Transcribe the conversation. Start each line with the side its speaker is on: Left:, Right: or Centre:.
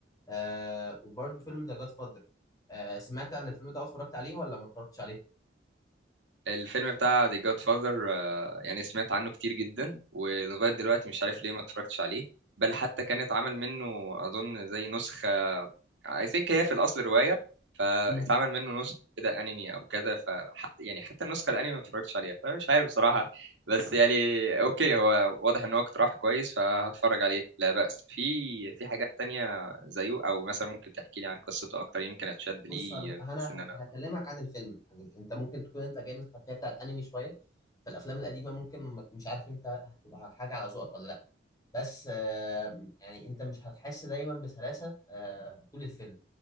Left: آه وبرده فيلم ذا جاد فاذر آه سمعت عن الفيلم ده أو اتفرجت عليه ولا ما اتفرجتش عليه
Right: الفيلم بتاع The Godfather آه، يعني سمعت عنه كتير جدا ولغاية دلوقتي مش عارف ليه ما اتفرجتش عليه بل حتى كان اتعمل منه أظن زي نسخة I think هي في الأصل رواية فاتعمل
Left: مم.
Right: منه نسخة كده أنمي أو كده فحتى يعني حتى النسخة الأنمي ما اتفرجتش عليها فمش عارف بصراحة بس يعني أوكي هو واضح إن هو اقتراح كويس فهتفرج عليه لا بأس في في حاجات تانية زيه أو مثلا ممكن تحكي لي عن قصته أكتر يمكن أتشد
Left: بص
Right: ليه
Left: انا أنا
Right: بس إن أنا
Left: هكلمك عن الفيلم يعني انت ممكن تكون انت جاي من خلفيه بتاعت انمي شويه فالافلام القديمه ممكن ما- مش عارف انت هتبقى حاجه على ذوقك ولا لا بس آه يعني انت مش هتحس دايما بسلاسه آه طول الفيلم